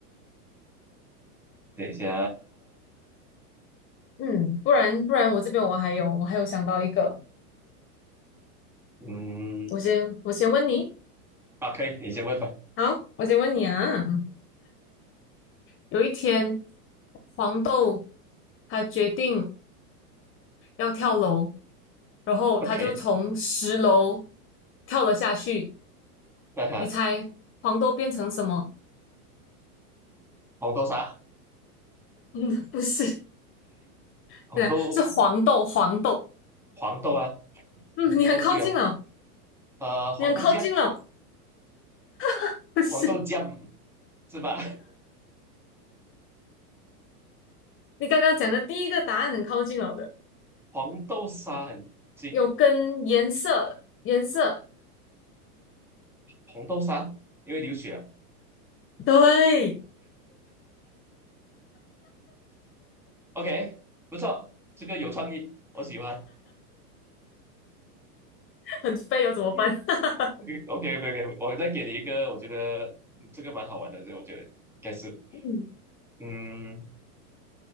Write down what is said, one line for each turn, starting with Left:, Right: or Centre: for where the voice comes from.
Centre: 等一下，
Left: 嗯，不然不然我这边我还有我还有想到一个，
Centre: 嗯
Left: 我先我先问你，
Centre: 啊，可以，你先问吧
Left: 好，我先问你啊。有一天，黄豆他决定要跳楼，然后他就从十楼
Centre: ，OK，
Left: 跳了下去。
Centre: 那哈，
Left: 你猜黄豆变成什么？<laughs>
Centre: 红豆沙，
Left: 嗯，不是 <laughs>，
Centre: 红豆
Left: 对啊，是黄豆，黄豆。
Centre: 黄豆啊，
Left: 嗯，
Centre: 红豆，
Left: 你很靠近了，
Centre: 诶，对哦，呃，黄豆酱。
Left: 你很靠近了，<laughs> 不是，
Centre: 黄豆酱是吧？
Left: 你刚刚讲的第一个答案很靠近了的。
Centre: <laughs> 黄豆沙很近，
Left: 有跟颜色，颜色，
Centre: 红豆沙因为流血啊
Left: 对，
Centre: OK，不错，这个有创意，我喜欢。
Left: 很飞哦，怎么办？
Centre: <laughs> OK
Left: <laughs>
Centre: OK，OK，我再给你一个，我觉得嗯这个蛮好玩的，这个我觉得应该是，
Left: 嗯，
Centre: 嗯，